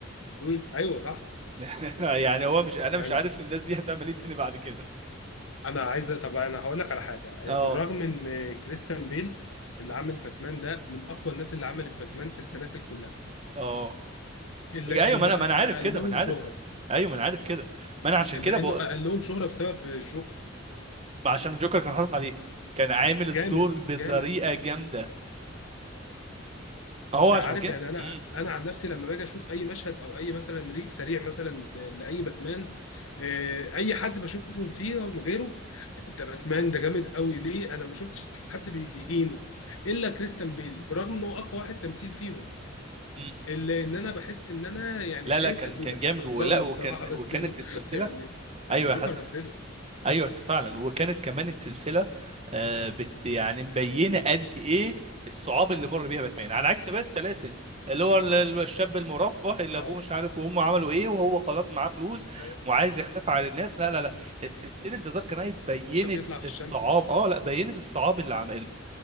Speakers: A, on the left; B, on the right.
A: مم. ايوه صح
B: <laughs> يعني هو مش انا
A: يعني
B: مش عارف الناس دي هتعمل ايه تاني بعد كده
A: انا عايز طب انا هقول لك على حاجه
B: اه
A: بالرغم ان كريستيان بيل اللي عامل باتمان ده من اقوى الناس اللي عملت باتمان في السلاسل كلها
B: اه
A: الا
B: بج- ايوه
A: انه
B: ما انا ما
A: اقلهم
B: انا عارف كده ما انا عارف
A: شهره
B: ايوه ما انا عارف كده ما انا عشان
A: الا
B: كده بقول
A: انه اقلهم شهره بسبب الجوكر
B: ما عشان الجوكر كان حاطط عليه كان عامل الدور
A: جامد
B: بطريقه
A: جامد
B: جامده هو
A: انت
B: عشان
A: عارف
B: كده
A: يعني انا
B: امم
A: انا عن نفسي لما باجي اشوف اي مشهد او اي مثلا ريل سريع مثلا لاي باتمان آه، اي حد بشوفهم فيه غيره ده باتمان ده جامد قوي ليه انا ما شفتش حد بيهينه الا كريستيان بيل برغم انه اقوى واحد تمثيل فيهم
B: امم
A: اللي ان انا بحس ان انا يعني
B: لا
A: شايف
B: لا كان
A: هلبوله
B: كان جامد
A: ظلمه
B: ولا وكان
A: الصراحه بس
B: وكانت
A: <laughs>
B: السلسله
A: يعني الجوكر
B: ايوه يا حسن
A: بهدله
B: ايوه فعلا
A: مم.
B: وكانت كمان السلسله آه بت يعني مبينه قد ايه الصعاب اللي مر بيها باتمان على عكس بقى السلاسل اللي هو ال- ال- الشاب المرفه اللي
A: اه
B: ابوه مش عارف وامه عملوا ايه وهو خلاص معاه فلوس
A: ايوه
B: وعايز يختفي
A: آه.
B: عن الناس لا لا لا سلسله ذا دارك نايت بينت
A: وبيخاف يطلع في
B: الصعاب
A: الشمس وكده
B: اه لا بينت الصعاب اللي عم...